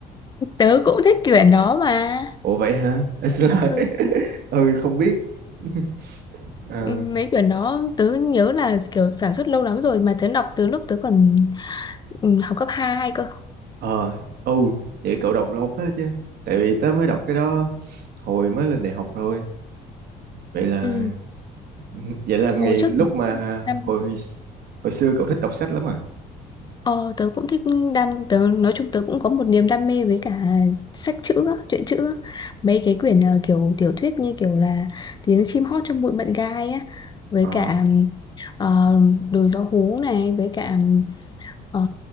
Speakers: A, on the left; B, on the right.
A: tớ cũng thích quyển đó mà
B: ủa vậy hả <laughs> à, xin lỗi
A: ừ,
B: <laughs> ừ không biết <laughs> ờ
A: mấy quyển đó tớ nhớ là kiểu sản xuất lâu lắm rồi mà tớ đọc từ lúc tớ còn ừ, học cấp hai cơ
B: ờ ừ vậy cậu đọc lâu phết chứ tại vì tớ mới đọc cái đó hồi mới lên đại học rồi vậy là
A: ừ.
B: <laughs> vậy là ngày
A: hồi trước
B: lúc
A: tớ
B: mà
A: đam
B: hồi hồi xưa cậu thích đọc sách lắm à
A: ờ, tớ cũng thích đam tớ nói chung tớ cũng có một niềm đam mê với cả sách chữ á, truyện chữ á. mấy cái quyển ờ, kiểu tiểu thuyết như kiểu là tiếng chim hót trong bụi mận gai á với
B: ờ
A: cả ờ, đồi gió hú này với cả ờ,